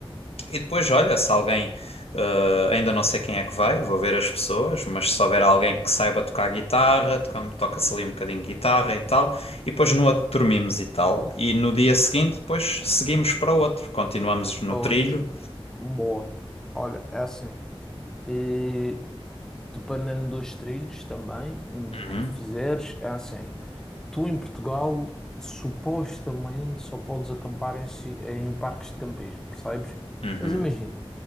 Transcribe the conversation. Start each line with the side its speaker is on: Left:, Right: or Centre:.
Left: E depois, olha, se alguém, eh, ainda não sei quem é que vai, vou ver as pessoas, mas se houver alguém que saiba tocar guitarra, toca- toca-se ali um bocadinho de guitarra e tal, e depois no outro dormimos e tal, e no dia seguinte, depois seguimos para o outro, continuamos no
Centre: Para
Left: trilho.
Centre: outro. Boa. Olha, é assim. E dependendo dos trilhos também hum,
Left: Uhum,
Centre: que fizeres, é assim. Tu em Portugal supostamente só podes acampar em, si- em parques de campismo, percebes?
Left: uhum,
Centre: Mas imagina,